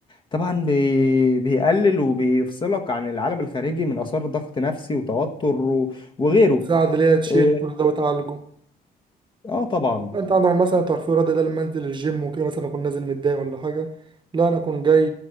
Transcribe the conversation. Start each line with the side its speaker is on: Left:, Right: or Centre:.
Left: طبعا بي... بيقلل وبيفصلك عن العالم الخارجي من آثار ضغط نفسي وتوتر و... وغيره
Right: بتساعد اللي هي تشيل
Left: إيه،
Right: كل ده وتعالجه
Left: اه طبعا
Right: لا انت عندك مثلا الترفيه الرياضي ده لما انزل الجيم وكده مثلا اكون نازل متضايق ولا حاجه لا انا اكون جاي